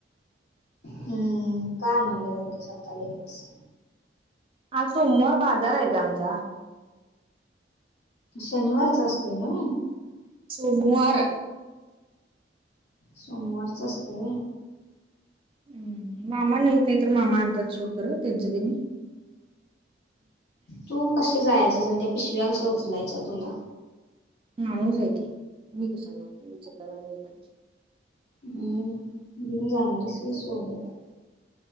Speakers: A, on the left (about 60°); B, on the right (about 30°).
A: हम्म का आणला झालं स्वतः ले कीटच
B: हा सोमवार बाजार आहेहिचा आमचा
A: शनिवारच असतोय ना मी
B: सोमवार
A: सोमवारच असते व
B: हम् मामा नाहीत नाही तर मामा आणतात सोड कर त्यांच त्यांनी
A: तू कसे जायचेस त्या्या पिशव्या कशा उचलायच्या तुला
B: मालूच ऐके मी कसा लागते विच क का
A: हम्म घेऊन जाणार आहे सु सोबत..